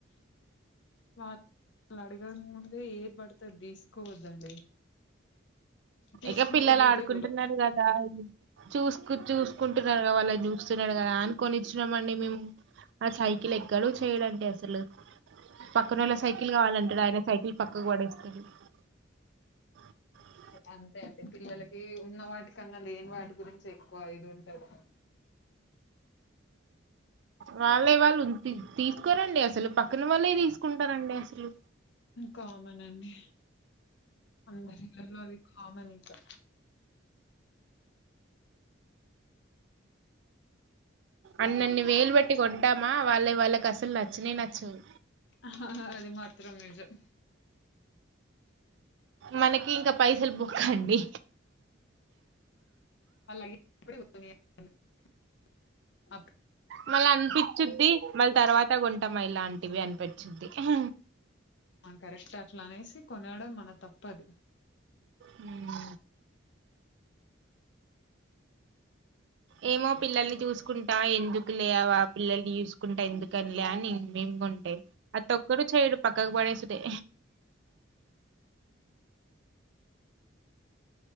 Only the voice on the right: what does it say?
ఇక పిల్లలు
ఆడుకుంటున్నారు
గదా చూస్కు చూసుకుంటున్నారు గదా వా చూస్తున్నాడు గదా అని కొనిచ్చినామండి మేము ఆ సైకిల్ ఎక్కడు చేయడండి అసలు పక్కనోళ్ల సైకిల్ కావాలంటాడు ఆయన సైకిల్ పక్కకు పడేసి ఇ
వాళ్ళే వాళ్ళు ఉమ్తీ తీసుకోరండి అసలు పక్కన వాల్లే తీసుకుంటారంండి అసలు
అన్నన్ని వేలుబట్టి కొంటామా వాళ్ళవి వాళ్ళకసలు నచ్చినే నచ్చవు
మనకి ఇంకా పైసలు బొక్కండి
మళ్ళీ అనిపిచ్చింది మళ్ళీ తర్వాత గోంటమ ఇలాంటివి అనిపిచ్చింది అహ
హ్మ్ ఏమో పిల్లల్ని చూసుకుంటా ఎందుకు లేవా పిల్లల్ని చూసుకుంటా ఎందుకనిలే అని మేమి కొంటాయి అతి ఒక్కడు చెయడు పక్కకు పడేసుడే